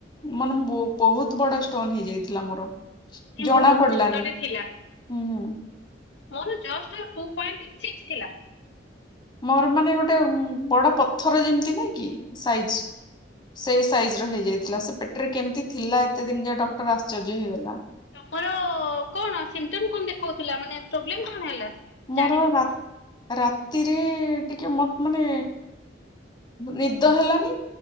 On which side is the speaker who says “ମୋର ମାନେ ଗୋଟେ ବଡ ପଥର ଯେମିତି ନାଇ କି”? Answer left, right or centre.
Left